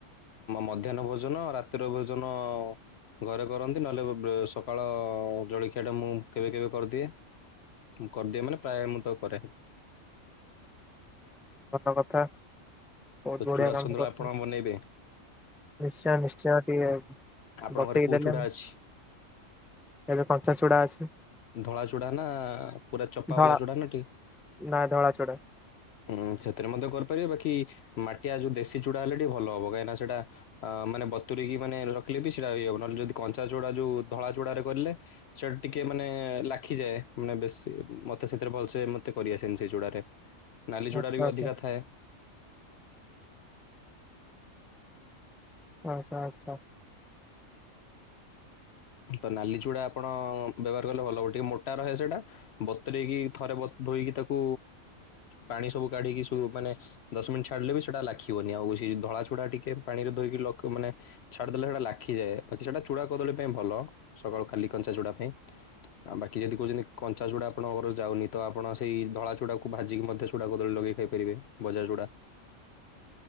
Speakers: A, on the left; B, in the centre.
A: ମଧ୍ୟାହ୍ନ ଭୋଜନ ରାତିର ଭୋଜନ ଘରେ କରନ୍ତି ନହେଲେ ଭ ସକାଳ ଜଳଖିଆ ଟା ମୁଁ କେବେ କେବେ କରିଦିଏ। ମୁଁ କରିଦିଏ ମାନେ ପ୍ରାୟ ମୁଁ ତା କ ହି
B: ଭଲ କଥା ବହୁତ
A: ତ
B: ବଢିଆ
A: ଚୂଡ଼ା
B: କାମ
A: ସନ୍ତୁଳା
B: କରୁଛି।
A: ଆପଣ ବନେଇବେ
B: ନିଶ୍ଚୟ ନିଶ୍ଚୟ ଟିକି
A: ଆପଣଙ୍କ
B: ଭତେଇ
A: ଘରେ କୋଉ
B: ଦେଲେ
A: ଚୂଡ଼ା ଅଛି?
B: ଏବେ କଞ୍ଚା ଚୁଡ଼ା ଅଛି।
A: ଧଳା ଚୁଡା ନା ପୁରା ଚପା
B: ଧଳା
A: ବାଲା ଚୁଡା ନା ଟିକେ
B: ନା ଧଳା ଚୁଡା
A: ହୁଁ ସେଥିରେ ମଧ୍ୟ କରିପାରିବେ ବାକି ମାଟିଆ ଯୋଉ ଦେଶୀ ଚୂଡା ହେଲେ ଟିକେ ଭଲ ହବ କାହିଁକି ନା ସେଟା ଅ ମାନେ ବତୁରିକି ମାନେ ରଖିଲେ ବି ସେଇଟା ହେଇଯବ ନହେଲେ ଯଦି କଞ୍ଚା ଚୋଡା ଯୋଉ ଧଳା ଚୋଡାରେ କଲେ ଚଟିକେ ମାନେ ଲାଖିଯାଏ ମାନେ ବେଶୀ ମତେ ସେଥିରେ ଭଲସେ ମତେ କରିଆସେନି ସେଇ ଚୁଡାରେ ନାଲି ଯୁଡ଼ାରେ
B: ଆଚ୍ଛା
A: ବି
B: ଆଚ୍ଛା।
A: ଅଧିକା ଥାଏ।
B: ଆଚଛା ଆଚ୍ଛା।
A: ତ ନାଲି ଚୁଡା ଆପଣ ବ୍ୟବହାର କଲେ ଭଲ ହବ ଟିକେ ମୋଟ ରହେ ସେଇଟା ବତରେଇକି ଥରେ ଧୋଇକି ତାକୁ ପାଣି ସବୁ କାଢିକି ମାନେ ଦଶ ମିନିଟ୍ ଛାଡିଲେ ବି ସେଟା ଲଖିବନିଉ ଧଳା ଛୁଡା ଟିକେ ପାଣିରେ ଧୋଇକି ଲ ମାନେ ଛାଡିଦେଲେ ସେଇଟା ଲାଖିଯାଏ ବାକି ସେଟା ଚୁଡା କଦଳୀ ପାଇଁ ଭଲ ସକାଳୁ ଖାଲି କଞ୍ଚା ଚୂଡା ପାଇଁ ଆଉ ବାକି ଯଦି କହୁଛନ୍ତି କଞ୍ଚା ଚୁଡା ଆପଣଙ୍କର ଯାଉନି ତ ଆପଣ ସେଇ ଧଳା ଚୁଡାକୁ ଭାଜିକି ମଧ୍ୟ ଚୁଡା କଦଳୀ ଲେଇ ଖାଇବେ ଫେବେ ବଜାର ଯୁଡା